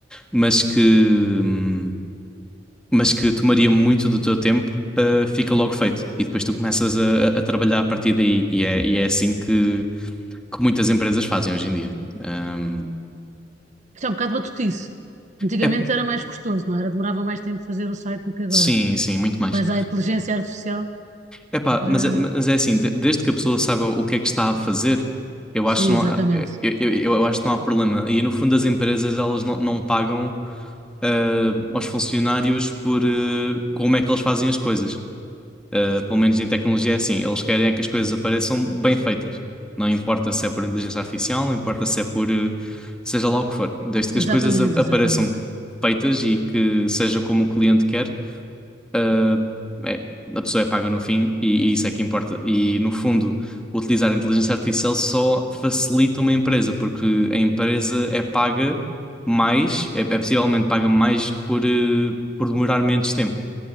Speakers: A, in the centre; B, on the right.
A: mas que, hum, mas que tomaria muito do teu tempo. uh, fica logo feito e depois tu começas a, a- a trabalhar a partir daí e é, e é assim que, que muitas empresas fazem hoje em dia. Hum,
B: Isto é um bocado batutice. Antigamente
A: é,
B: era mais custoso, não é? era? Demorava mais tempo fazer o site do que agora.
A: sim, sim, muito mais.
B: Vais à inteligência artificial.
A: Epá,
B: Já,
A: mas, é- mas é assim, de- desde que a pessoa saiba o que é que está a fazer, eu
B: sim,
A: acho que não,
B: exatamente.
A: há- eh, eu, eu, eu acho que não há problema. E no fundo as empresas elas não, não pagam ah, aos funcionários por ah, como é que eles fazem as coisas. Ah, pelo menos em tecnologia é assim, eles querem é que as coisas apareçam bem feitas. Não importa se é por inteligência artificial, não importa se é por ah, seja lá o que for. Desde que
B: Exatamente,
A: as coisas a- apareçam
B: exatamente.
A: feitas e que seja como o cliente quer, ah, é, a pessoa é paga no fim e, e isso é que importa. E no fundo, utilizar a inteligência artificial só facilita uma empresa, porque a empresa é paga mais, é, é possivelmente paga mais por, eh, por demorar menos tempo.